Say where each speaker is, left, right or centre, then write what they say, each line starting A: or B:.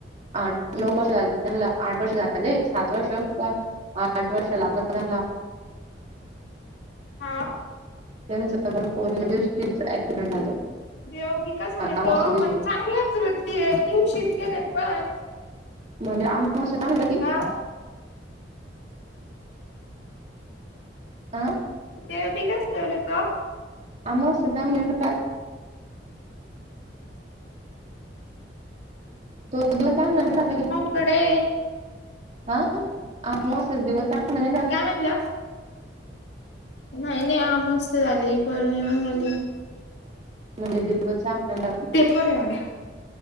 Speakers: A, on the right (about 40°); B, on the left (about 70°).
A: आठ नऊ वर्ष झाली त्यांना आठ वर्ष झाले सात वर्ष का? आठ वर्ष लागला <unintelligible>
B: हा.
A: त्यांच पण फोन <unintelligible> ऍक्सिडेंट <unintelligible>
B: देव बिकस नाही
A: अमावस्या
B: तो
A: दिवशी
B: पण चांगल्याच वृद्धी दिवशीच गेले पण
A: म्हणजे आमच्या स्वतः गुजराती,
B: हा.
A: हा
B: देव बीघचार करतो.
A: अमावस्या <unintelligible> पाळत. तो दिवस चांगलं <unintelligible>
B: कडे.
A: हा अमावस्येचा दिवस चांगला नाही जात.
B: काय म्हणल्या नाही नाही अमावस्या झाली पोर्णिमा झाली.
A: नैवेद्य <unintelligible> आहे
B: ते पोर एवढ्या